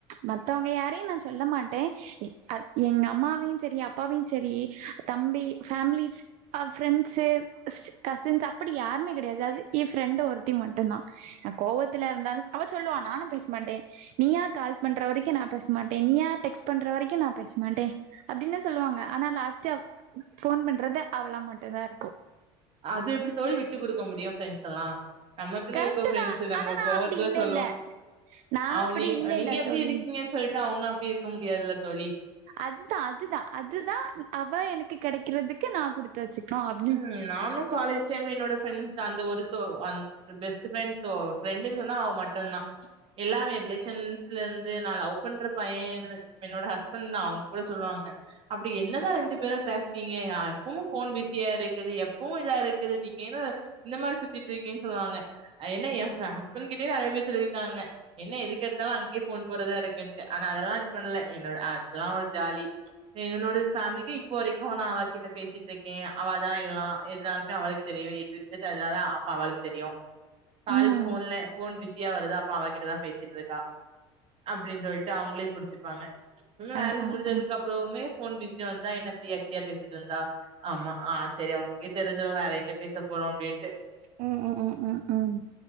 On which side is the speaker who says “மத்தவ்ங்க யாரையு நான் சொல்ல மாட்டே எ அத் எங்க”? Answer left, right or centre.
Right